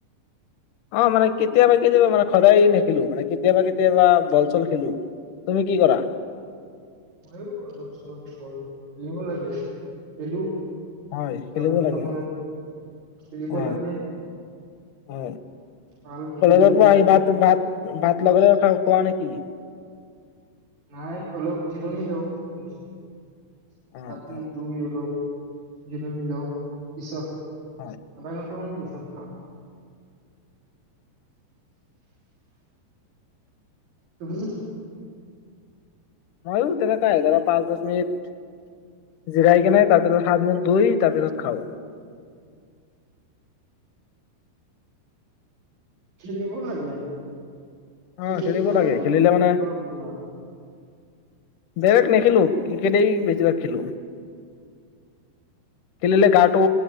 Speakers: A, on the left (about 70°); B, on the right (about 45°).
A: অ মানে কেতিয়াবা কেতিয়াবা মানে সদায় নেখেলো মানে কেতিয়াবা কেতিয়াবা বল চল খেলো তুমি কি কৰা
B: ময়ো অলপ চলপ বল খেলিব লাগে খেলো
A: হয় খেলিব
B: আবেলি
A: লাগে
B: সময়ত
A: অ
B: খেলিব লাগে
A: অ
B: ভাল খেলিলে
A: কলেজৰ পৰা আহি ভাত ভাত ভাত লগলে লগে খাও, <unintelligible>
B: নাই অলপ জিৰণি লওঁ হাত
A: উম উম
B: মুুগ ধুই আৰু জিৰণি লৌ পিছত
A: হয়।
B: আধা ঘণ্টা মান দিছ, <inaudible> তুমি
A: হয় তেনেকাই পাচ দশ মিনিট জিৰাইকেনে তাৰ পিছত, হাত মুখ ধুই তাৰপিছত খাও
B: খেলিব লাগে। ক্ৰিকেটে
A: অ' খেলিব
B: খেলা
A: লাগে
B: নে
A: খেলিলে
B: বেলেগ
A: মানে
B: কিবাও খেলা
A: বেক নে খেলো ক্ৰিকেটেই বেছিভাগ খেলো। খেলিলে গাটো